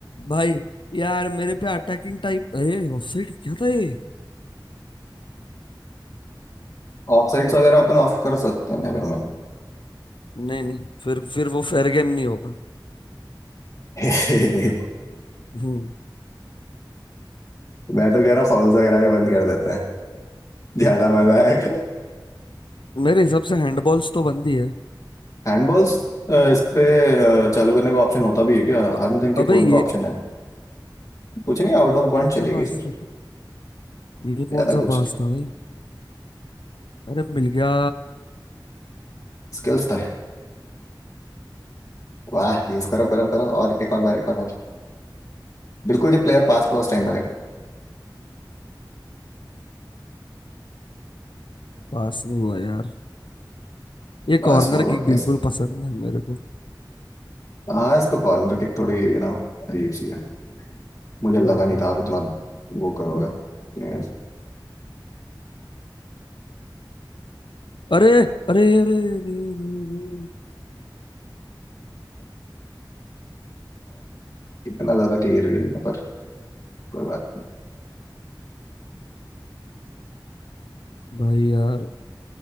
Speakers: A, on the left; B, on the left.
A: भाई यार मेरे पे अटैकिंग टाइप अरे ऑफ साइड क्या था ये
B: ऑफ साइड्स वगैरह अपन ऑफ कर सकते हैं नेवर माइंड
A: नहीं नहीं फिर फिर वो फेयर गेम नहीं होगा
B: <laughs>
A: हम्म
B: मैं तो कह रहा फाउल्स वगैरह भी बंद कर देते हैं ज्यादा मजा आएगा
A: मेरे हिसाब से हैंडबॉल्स तो बनती है
B: हैंडबॉल्स इस पे अ, चालू करने का ऑप्शन होता भी है क्या आई
A: ब-
B: डोंट थिंक कि
A: अबे
B: फोन
A: ये
B: पे ऑप्शन है कुछ नहीं आउट ऑफ बाउंड
A: ये
B: चली
A: क्या
B: गई
A: बात
B: सर
A: है ये
B: ज्यादा
A: कौन सा
B: कुछ
A: पास
B: नहीं
A: था भाई अरे मिल गया
B: स्किल्स तो है वाह यूज करो करो करो और एक और बार एक और बार बिल्कुल जब प्लेयर पास पे उस टाइम लगे
A: पास में हुआ यार ये
B: पास
A: कॉर्नर
B: होगा
A: किक
B: कैसे
A: बिल्कुल पसंद नहीं मेरे को
B: हाँ इस तो कॉर्नर किक थोड़ी ना अजीब सी है मुझे
A: ओ
B: लगा नहीं था आप इतना वो करोगे क्लियर
A: अरे अरे अरे अरे अरे, अरे।
B: इतना ज्यादा क्लियर भी नहीं है पर कोई बात नहीं
A: भाई यार